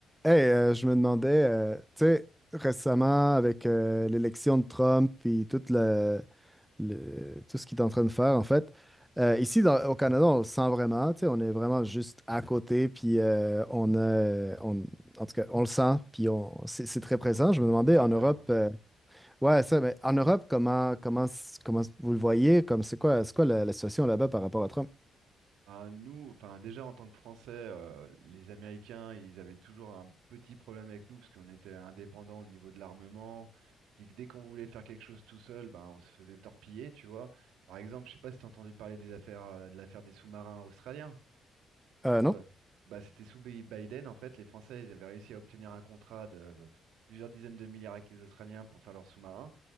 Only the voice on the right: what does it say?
Tu m'étonnes.
Ben, nous, enfin déjà en tant que Français, euh, les Américains, ils avaient toujours un petit problème avec nous parce qu'on était indépendants au niveau de l'armement. Puis que dès qu'on voulait faire quelque chose tout seul, ben on se faisait torpiller, tu vois. Par exemple, je sais pas si t'as entendu parler des affaires, euh, de l'affaire des sous-marins australiens.
Tu
vois. Bah, c'était sous Bi- Biden en fait, les Français, ils avaient réussi à obtenir un contrat de euh, plusieurs dizaines de milliards avec les Australiens pour faire leurs sous-marins.